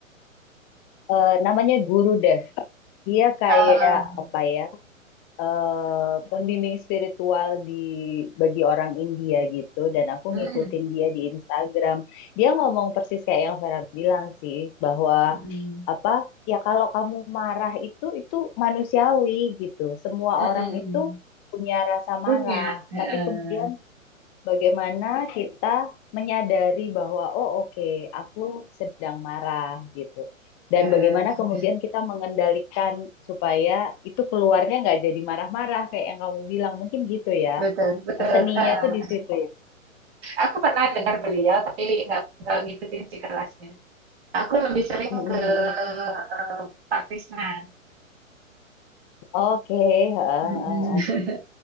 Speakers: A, on the left; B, on the right.
A: Eh, namanya guru Dev. Dia kayak
B: Eh,
A: apa ya? eh pembimbing spiritual di bagi orang India gitu. Dan aku
B: mm,
A: ngikutin dia di Instagram. Dia ngomong persis kayak yang Vera bilang sih, bahwa
B: mm,
A: apa? Ya kalau kamu marah itu itu manusiawi gitu. Semua
B: mm,
A: orang
B: mm.
A: itu punya rasa
B: punya
A: marah,
B: eh,
A: tapi
B: eh,
A: kemudian bagaimana kita menyadari bahwa oh oke aku sedang marah gitu
B: eh,
A: dan bagaimana kemudian kita mengendalikan supaya itu keluarnya nggak jadi marah-marah kayak yang kamu bilang mungkin gitu ya
B: Betul, betul.
A: seninya
B: eh, eh.
A: tuh di situ ya
B: Aku pernah dengar beliau, tapi nggak nggak ngikutin si kelasnya. Aku lebih sering
A: Mm,
B: ke
A: mm, mm.
B: eh, Pak Krisna.
A: oke heeh, heeh.
B: Mm-mm.